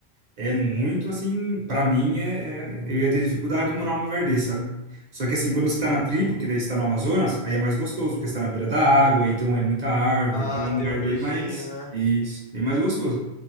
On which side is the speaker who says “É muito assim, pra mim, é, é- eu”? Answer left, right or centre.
Right